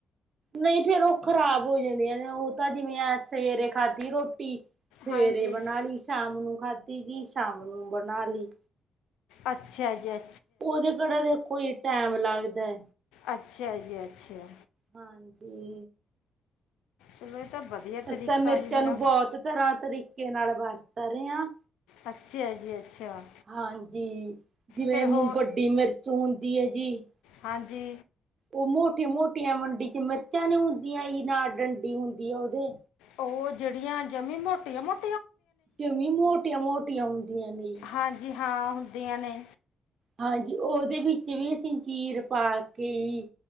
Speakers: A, on the right; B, on the left.
A: ਨਈਂ ਫੇਰ ਉਹ ਖ਼ਰਾਬ ਹੋ ਜਾਂਦੀਆਂ ਨੇ, ਉਹ ਤਾਂ ਜਿਵੇਂ ਅੱਜ ਸਵੇਰੇ ਖਾਧੀ ਰੋਟੀ ਸਵੇਰੇ
B: ਹਾਂਜੀ
A: ਬਣਾ ਲਈ ਸ਼ਾਮ ਨੂੰ ਖਾਧੀ ਜੀ ਸ਼ਾਮ ਨੂੰ ਬਣਾ ਲਈ।
B: ਅੱਛਾ ਜੀ ਅ।
A: ਉਹਦੇ ਕਿਹੜਾ ਦੇਖੋ ਜੀ ਟੈਮ ਲੱਗਦੈ।
B: ਅੱਛਾ ਜੀ ਅੱਛਾ।
A: ਹਾਂਜੀ।
B: ਚਲੋ ਇਹ ਤਾਂ ਵਧੀਆ
A: ਅਸੀਂ
B: ਤਰੀਕਾ
A: ਤਾਂ ਮਿਰਚਾਂ
B: ਜੀ ਫਿਰ।
A: ਨੂੰ ਬਹੁਤ ਤਰ੍ਹਾਂ ਤਰੀਕੇ ਨਾਲ ਵਰਤ ਰੇ ਆਂ।
B: ਅੱਛਾ ਜੀ ਅੱਛਾ
A: ਹਾਂਜੀ, ਜਿਵੇਂ
B: ਫਿਰ
A: ਮ
B: ਹੋ
A: ਵੱਡੀ ਮਿਰਚ। ਚੋਂਦੀ ਐ ਜੀ।
B: ਹਾਂਜੀ।
A: ਉ ਮੋਟੀਆਂ-ਮੋਟੀਆਂ ਮੰਡੀ ਚ ਮਿਰਚਾਂ ਨੀ ਹੁੰਦੀਆਂ ਜੀ, ਨਾਲ ਡੰਡੀ ਹੁੰਦੀ ਆ ਉਹਦੇ।
B: ਉਹ ਜਿਹੜੀਆਂ ਜਮੀ ਮੋਟੀਆਂ-ਮੋਟੀਆਂ
A: ਜ਼ਮੀਂ ਮੋਟੀਆਂ- ਮੋਟੀਆਂ ਹੁੰਦੀਆਂ ਨੇ ਜੀ।
B: ਹਾਂਜੀ, ਹਾਂ ਹੁੰਦੀਆਂ ਨੇ।
A: ਹਾਂਜੀ ਉਹਦੇ ਵਿੱਚ ਵੀ ਅਸੀਂ ਚੀਰ ਪਾ ਕੇ ਜੀ